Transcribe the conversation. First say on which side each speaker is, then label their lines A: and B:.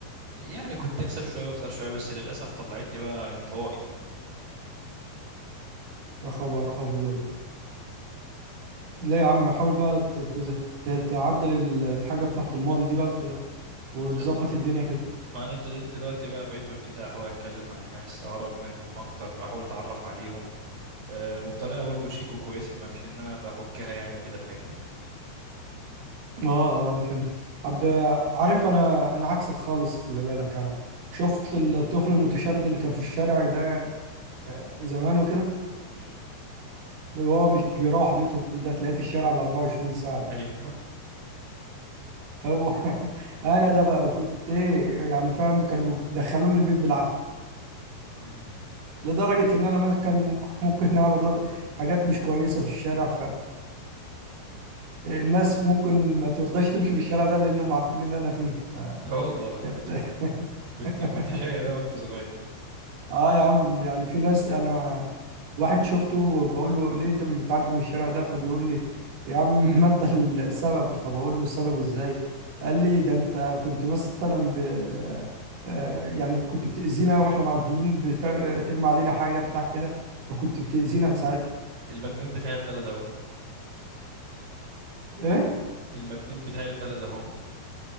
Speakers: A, on the right; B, on the right.
A: يعني كنت أكسب شوية وأخسر شوية بس للأسف طلعتني بقى انطوائي
B: يا خبر ابيض لا يا عم حاول بقى ت... ت... ت- تعدل ال- الحاجه بتاعت الماضي دي بقى وت... وتظبط
A: لا
B: الدنيا كده
A: ما انا ابتديت دلوقتي بقى بعيد ما ابتدي احاول اتكلم مع الناس اقرب منهم اكتر احاول اتعرف عليهم أه وبطريقه برضو شيك وكويسه ما مش ان انا بحكها يعني وكده فاهمني
B: اه اه انا فهمت عب عارف انا انا عكسك خالص خلي بالك أنا شفت الطفل المتشرد اللي كان في الشارع ده آه، زمان وكده
A: مم.
B: اللي هو مش بيروح بيته ده تلاقيه في الشارع ال 24 ساعة ده
A: ايوه
B: هو <laughs> انا ده بقى كنت ايه يعني فاهم كانوا بيج- دخلوني البيت بالعافية
A: <laughs>
B: لدرجة ان انا ما كان ممكن نعمل رد- حاجات مش كويسة في الشارع فالناس <laughs> ممكن ما ترضاش تمشي بالشارع ده لانهم عارفين ان انا فيه
A: لا والله
B: فكانت
A: كنت كنت
B: <laughs>
A: كنت شقي بقى وأنت صغير
B: اه يا عم يعني في ناس انا واحد شفته بقول له ليه انت مش بتعدي من الشارع ده فبيقول لي يا عم <laughs> ما انت السبب فبقول له السبب ازاي قال لي ده انت كنت مثلا ب... آه، يعني كنت بتأذينا واحنا معديين بترمي علينا حاجة بتاع كده فكنت بتأذينا ساعتها
A: المجنون بتاع البلد أهو
B: ايه
A: المجنون بتاع البلد أهو